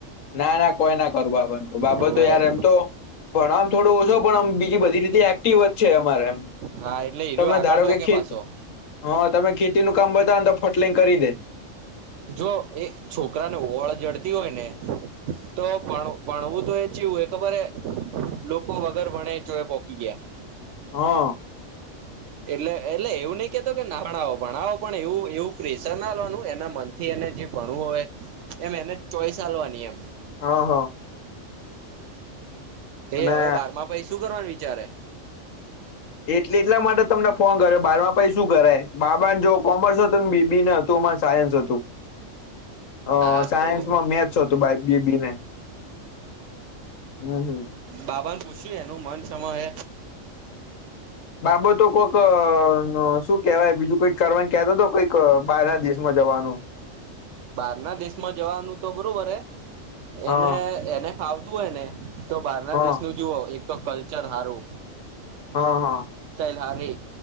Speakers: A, on the left; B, on the right.
A: ના ના કોઈ ના કરું બાબત બાબત
B: હોવે
A: તો યાર એમ તો પણ આમ થોડો ઓછો પણ આમ બીજી બધી રીતે એક્ટિવ જ છે અમારે એમ.
B: હા એટલે હીરો
A: તમે
B: આગળ
A: ધારો
B: પોકે
A: કે ખેત
B: પાછો
A: હા તમે ખેતી નું કામ બ તાંદ ફટલિંગ કરી દે
B: જો એ છોકરા ને ઓળ જડતી હોય ને તો ભણ ભણવું તો એ ચીવું એ ખબર એ લોકો વગર ભણે ચવે પોકી ગયા.
A: હા
B: એટલે એટલે એવું નઈ કેતો કે ના ભણાવો ભણાવો પણ એવું એવું પ્રેશર ના લવાનું એના મન થી એને જે ભણવું હોય એમ એને ચોઈસ આલવાની એમ
A: હા હા
B: તે
A: અને
B: હવે બારમાં પહી શું કરવાનું વિચારે?
A: એટલે એટલા માટે તમને ફોન કર્યો બાર માં પહી શું કરાય બાબાને જો કોમર્સ હતું બી બી ને હતુંમાં સાયન્સ હતું. અ
B: હા
A: સાયન્સમાં
B: તો
A: મેથ્સ હતું બાય બી બી ને હમ હમ
B: બાબા ને પૂછ્યું એનું મન સમ હે
A: બાબતો કક શું કેવાય બીજું કઈક કરવા ક્યારે તો કઈક બાર દેશમાં જવા હ
B: બાર ના દેશમાં જવાનું તો બરોબર હે
A: હા
B: એને એને ફાવ તુ હોય ને તો બારના
A: હા
B: દેશનું જુઓ એક તો કલ્ચર હારુ
A: હા હા
B: ઘારે